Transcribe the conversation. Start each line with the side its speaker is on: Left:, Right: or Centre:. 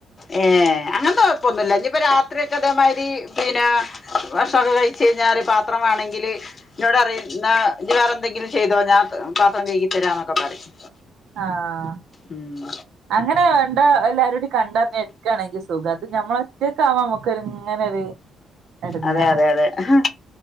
Left: ഏഹ് അങ്ങൻത്തെ കൊഴപ്പൊന്നുല്ല ഇനിപ്പൊ രാത്രി ഒക്കെ തേമാതിരി പിന്നെ ഭക്ഷണൊക്കെ കഴിച്ചഴിഞ്ഞാല് പാത്രം വേണെങ്കില് ന്നോട് പറയുംന്നാ ഇജ്ജ് വേറെ ന്തെങ്കിലും ചെയ്തോ ഞാൻ പാത്രം കഴകി തരാന്നൊക്കെ പറയും
Right: ആഹ്
Left: ഉം
Right: അങ്ങനെണ്ട എല്ലാരും കൂടി കണ്ടറിഞ്ഞ് എടുക്കാണെങ്കിൽ സീ സുഖാവായിട്ട് ഇരിക്കുന്നു ഇത് ഞമ്മള് ഒറ്റയക്ക് ആവുമ്പോ നമുക്കൊരു ഇങ്ങനെ ഒരു- എടങ്ങേറാ
Left: അതെ അതെ അതെ